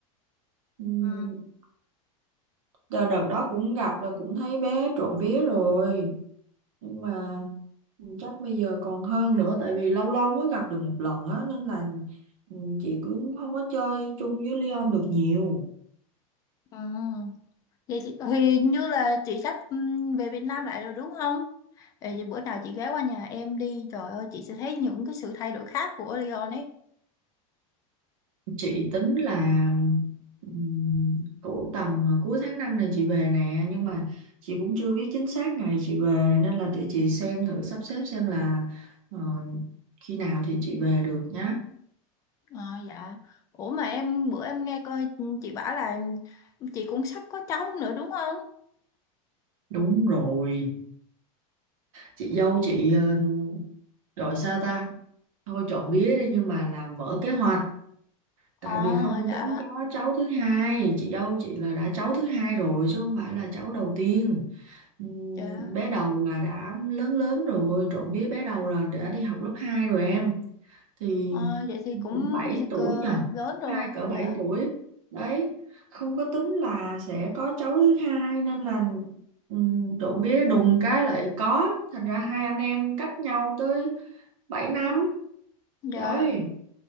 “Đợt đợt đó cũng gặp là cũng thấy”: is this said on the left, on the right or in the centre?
Right